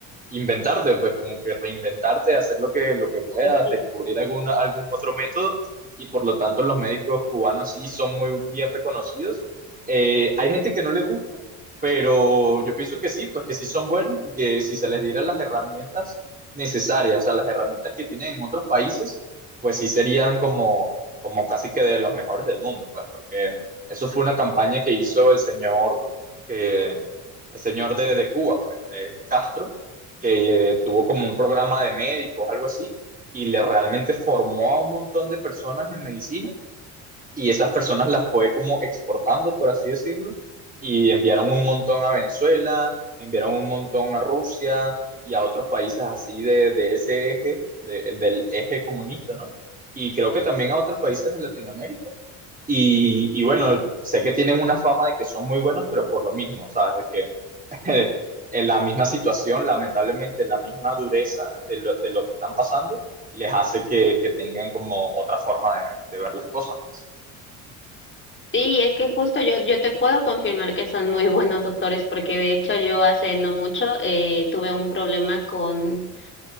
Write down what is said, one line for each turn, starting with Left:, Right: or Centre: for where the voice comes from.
Right: inventarte, pues como que reinventarte, hacer lo que, lo que puedas,
Left: sí.
Right: descubrir alguna, algún otro método y por lo tanto los médicos cubanos sí son muy bien reconocidos. Eh, hay gente que no le gusta, pero yo pienso que sí, pues que sí son buenos y que si se les diera las herramientas necesarias, o sea, las herramientas que tienen en otros países, pues sí serían como, como casi que de los mejores del mundo, pues porque eso fue una campaña que hizo el señor eh, el señor de, de Cuba, pues, eh, Castro, que eh, tuvo como un programa de médicos, algo así, y le realmente formó a un montón de personas en medicina y esas personas las fue como exportando, por así decirlo, y enviaron un montón a Venezuela, enviaron un montón a Rusia y a otros países así de, de ese eje, de- el del eje comunista, ¿no? Y creo que también a otros países de Latinoamérica. Y, y bueno, sé que tienen una fama de que son muy buenos, pero por lo mismo, ¿sabes? De que <laughs> en la misma situación, lamentablemente, la misma dureza de lo, de lo que están pasando, les hace que, que tengan como otra forma de, de ver las cosas.
Left: Sí, es que justo yo, yo te puedo confirmar que son muy <laughs> buenos doctores, porque de hecho yo hace no mucho eh, tuve un problema con,